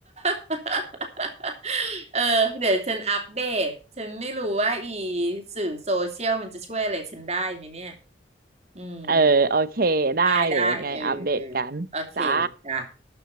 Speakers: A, on the right (about 35°); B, on the right (about 50°).
A: <laughs> เออเดี๋ยวฉันอัปเดตฉันไม่รู้ว่าอีสื่อโซเชียลมันจะช่วยอะไรฉันได้ไหมเนี่ยอืม
B: เออโอเคได้เดี๋ยวยังไงอัปเดตกันจ้า
A: ได้ได้เออเออโอเคจ้ะ